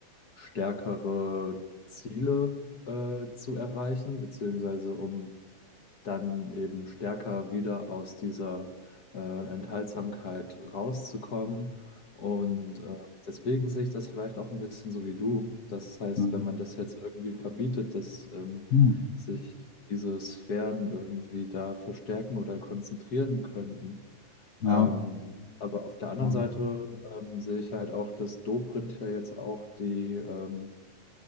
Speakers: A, on the left; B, on the left.
A: stärkere Ziele äh, zu erreichen, beziehungsweise um dann eben stärker wieder aus dieser äh, Enthaltsamkeit rauszukommen. Und äh, deswegen sehe ich das vielleicht auch ein bisschen so wie du. Das heißt,
B: Hm.
A: wenn man das jetzt irgendwie verbietet, dass ähm,
B: Hm.
A: sich diese Sphären irgendwie da verstärken oder konzentrieren könnten.
B: Ja,
A: Ähm, aber auf der anderen
B: ähm,
A: Seite ähm, sehe ich halt auch, dass Dobrindt ja jetzt auch die ähm,